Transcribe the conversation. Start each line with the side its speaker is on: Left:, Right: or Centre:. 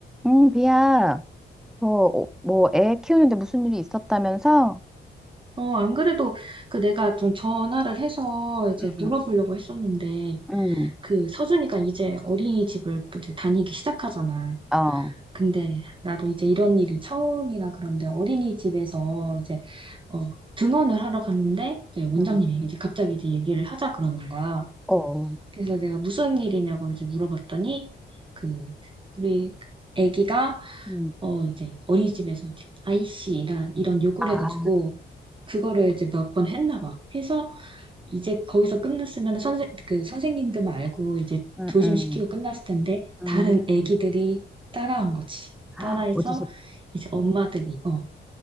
Centre: 응, 비야. 어, 어, 뭐, 애 키우는데 무슨 일이 있었다면서?
Right: 어, 안 그래도 그 내가 좀 전화를 해서 이제
Centre: 응,
Right: 물어보려고 했었는데
Centre: 응,
Right: 그 서준이가 이제 어린이집을 이제 다니기 시작하잖아.
Centre: 어, 어,
Right: 근데 나도 이제 이런 일이 처음이라 그런데 어린이집에서 이제 어, 등원을 하러 갔는데 이제 원장님이
Centre: 응,
Right: 이제 갑자기 이제 얘기를 하자 그러는 거야.
Centre: 어, 어,
Right: 그래서 내가 무슨 일이냐고 이제 물어봤더니 그 우리 애기가
Centre: 응,
Right: 어, 이제 어린이집에서 이제 아이씨란 이런 요구를
Centre: 아,
Right: 해가지고 그거를 이제 몇 번 했나 봐. 해서 이제 거기서 끝났으면 선생 그 선생님들만 알고 이제
Centre: 응,
Right: 조심시키고
Centre: 응,
Right: 끝났을 텐데
Centre: 응.
Right: 다른 애기들이 따라한 거지.
Centre: 아,
Right: 따라해서
Centre: 어디서,
Right: 이제 엄마들이 어